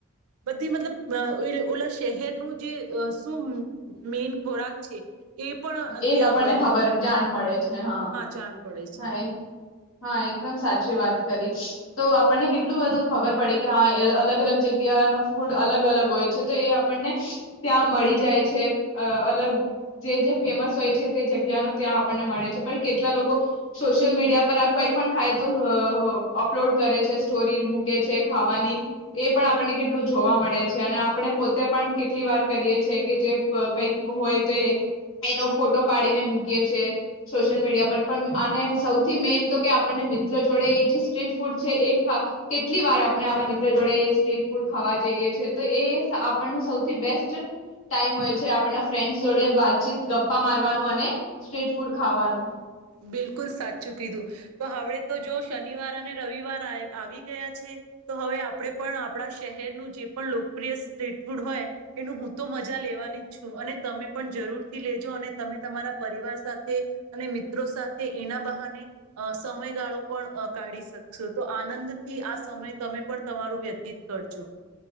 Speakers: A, on the right; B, on the left.
A: બધી મતલબ અ ઓલા શહેર નુ જે શું મેન ખોરાક છે. એ પણ
B: એક
A: ત્યાં
B: આપણને
A: બ
B: ખબર જાણ મળે. હા
A: જાણ પડે છે.
B: હા હા એકદમ સાચ. સાચી વાત કરી તો આપણને કેટલું બધું ખબર પડે કે હા એ અલગ-અલગ જગ્યાનો ફૂડ અલગ-અલગ હોય છે. તે એ આપણને ત્યાં મળી જાય છે. અ અલગ જે જે ફેમસ હોય છે તે જગ્યા ન ત્યાં આપણને મળે છે. પણ કેટલા લોકો સોશિયલ મીડિયા પર આ કઈ પણ ખાય તો અ અપલોડ કરે છે સ્ટોરી મૂકે છે ખાવાની એ પણ આપણને કેટલું જોવા મળે છે. અને આપણે પોતે પણ કેટલી વાર કરીએ છે કે જે કંઈક હોય તો એનો ફોટો પાડીને મૂકીએ છીએ સોશિયલ મીડિયા પર. પણ અને સૌથી મેન તો કે આપણને મિત્ર જોડે એ જે સ્ટ્રીટ ફૂડ છે એ કેટલી વાર આપણે આપણા મિત્ર જોડે એ સ્ટ્રીટ ફૂડ ખાવા જઈએ છે તો એ આપણનો સૌથી બેસ્ટ ટાઈમ હોય છે આપણના ફ્રેન્ડ્સ જોડે વાતચીત ગપ્પા મારવાનું અને સ્ટ્રીટ ફૂડ ખાવાનું.
A: બિલકુલ સાચું કીધું. તો હવે તો જો શનિવાર અને રવિવાર આવી ગયા છે તો હવે આપણે પણ આપણા શહેરનું જે પણ લોકપ્રિય સ્ટ્રીટ ફૂડ હોય એનું હું તો મજા લેવાની જ છું અને તમે પણ જરૂર થી લેજો અને તમે તમારા પરિવાર સાથે અને મિત્ર મિત્રો સાથે એના બહાને અ સમયગાળો પણ કાઢી અ શકશો તો આનંદથી આ સમય તમે પણ તમારું વ્યતીત કરજો.